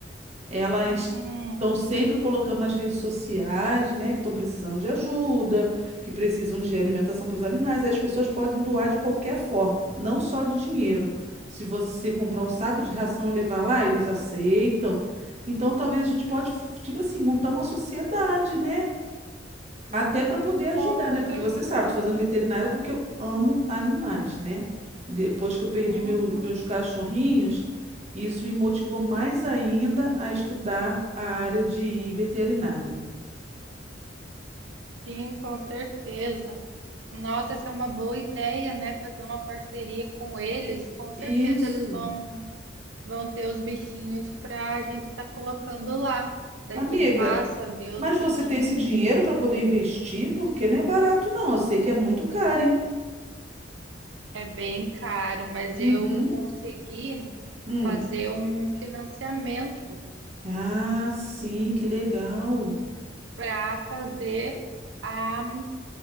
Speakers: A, on the right; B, on the right.
A: Elas
B: uhum.
A: estão sempre colocando nas redes sociais, né, que estão precisando de ajuda, que precisam de alimentação para os animais. Aí as pessoas podem doar de qualquer forma, não só de dinheiro. Se você comprar um saco de ração e levar lá, eles aceitam. Então, talvez a gente pode, tipo assim, montar uma sociedade, né? Até para poder ajudar,
B: Com
A: né?
B: certeza.
A: Porque você sabe, tô fazendo veterinária porque eu amo animais, né? Depois que eu perdi
B: Uhum.
A: meu- meus cachorrinhos, isso me motivou mais ainda a estudar a área de veterinário.
B: Sim, com certeza. Nossa, essa é uma boa ideia, né? Fazer uma parceria com eles. Com certeza
A: Isso.
B: eles vão, vão ter os bichinhos para a gente estar colocando lá. Daí
A: Amiga,
B: quem passa vê os
A: mas
B: bichinhos
A: você tem esse dinheiro para poder investir? Porque não é barato, não. Eu sei que é muito caro, hein?
B: é bem caro, mas
A: Uhum.
B: eu consegui
A: Hum.
B: fazer um financiamento
A: Ah, sim, que legal.
B: para fazer a,